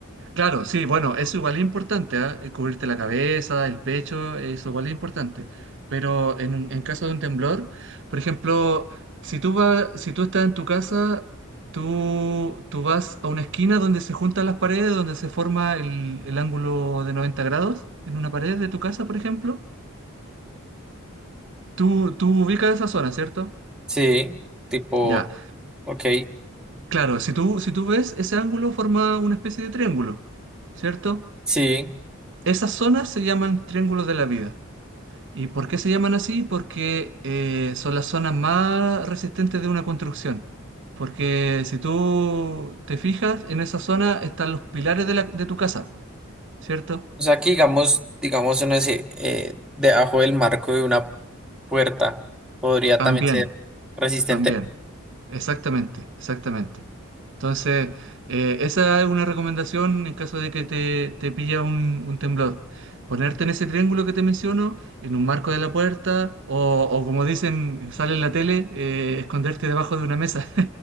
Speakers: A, on the right; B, in the centre.
A: claro, sí, bueno, eso igual es importante, ¿ah? Eh, Cubrirte la cabeza, el pecho, eso igual es importante. Pero en, un- en caso de un temblor, por ejemplo, si tú vas, si tú estás en tu casa, tú, tú vas a una esquina donde se juntan las paredes, donde se forma el, el ángulo de 90 grados en una pared de tu casa, por ejemplo. Tú, tú ubicas esa zona, ¿cierto?
B: Sí, tipo,
A: Ya.
B: ok,
A: Claro, si tú, si tú ves, ese ángulo forma una especie de triángulo, ¿cierto?
B: sí.
A: Esas zonas se llaman triángulos de la vida. ¿Y por qué se llaman así? Porque eh, son las zonas más resistentes de una construcción. Porque si tú te fijas, en esa zona están los pilares de la- de tu casa, ¿cierto?
B: O sea, aquí digamos, digamos, no sé, eh, debajo del marco de una puerta podría
A: También,
B: también ser resistente.
A: también. Exactamente, exactamente. Entonces, eh, esa es una recomendación en caso de que te, te pilla un, un temblor. Ponerte en ese triángulo que te menciono, en un marco de la puerta, o, o como dicen, sale en la tele, eh, esconderte debajo de una mesa.